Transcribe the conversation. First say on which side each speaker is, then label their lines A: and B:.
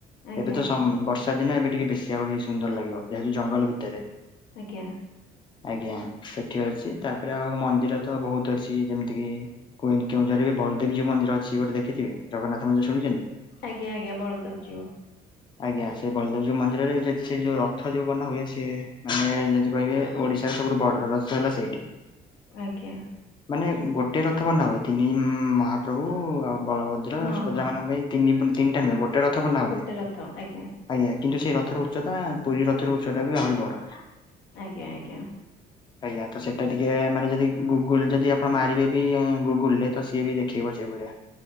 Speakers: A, on the left (about 85°); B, on the left (about 25°).
A: ଆଜ୍ଞା
B: ଏବେ ତ
A: ଆଜ୍ଞା
B: ସମ୍ ବର୍ଷା ଦିନେ ଏବେ ଟିକେ ବେଶୀ ଆହୁରି ସୁନ୍ଦର ଲାଗିବ ଯେହେତୁ ଜଙ୍ଗଲ ଭିତେରେ।
A: ଆଜ୍ଞା।
B: ଆଜ୍ଞା ସେଠି ଅଛି ତାପରେ ଆଉ ମନ୍ଦିର ତ ବହୁତ ଅଛି ଯେମିତି କିି କୁହି କେଉଁଝରିବେ ବଳଦେବ ଯୀଉ ମନ୍ଦିର ଅଛି ଗୋଟେ ଦେଖଥିବେ ଜଗନ୍ନାଥନ୍ଦିର ଶୁଣିଛନ୍ତି।
A: ଆଜ୍ଞା ଆଜ୍ଞା ବଳଦେବ ଯିୟୁ।
B: ଆଜ୍ଞା ସେ ବଳଦେବ ଯୋଉମନ୍ଦିରରେ ଯଦି ସେ ଯୋଉ ରଥ ଯୋଉ ବନା ହୁଏ ସିଏ ମାନେ ଯଦି କହିବେ ଓଡିଶାର ସବୁଠୁ ବର୍ଡର ରଥ ହେଲା ସେଇଠି।
A: ଆଜ୍ଞା।
B: ମାନେ ଗୋଟେ ରଥ ବାନ। ହୁଏ ତିନି ମହାପ୍ରଭୁ ଆଉ ବଳଭଦ୍ର
A: ହଁ
B: ସୁଭଦ୍ରା
A: ହଁ
B: ମାନଙ୍କ ପାଇଁ ତିନି ତିନିଟା ନୁହେଁ ଗୋଟେ ରଥବନା ହୁଏ।
A: ଗୋଟେ ରଥ ଆଜ୍ଞା
B: ଆଜ୍ଞା କିନ୍ତୁ ସେଇ ରଥର ଉଚ୍ଚତା ପୁରୀ ରଥର ଉଚ୍ଚତାା ବି ଆହୁରି ବଡ।
A: ଆଜ୍ଞା ଆଜ୍ଞା।
B: ଆଜ୍ଞା ତ ସେଇଟା ଟିକେ ମାନେ ଯଦି ଗୁଗୁଲ ଯଦି ଆପଣ ମାରିବେ ବି ଗୁଗୁଲରେ ତ। ସିଏ ବି ଦେଖିଇବ ସେଭଳିଆ।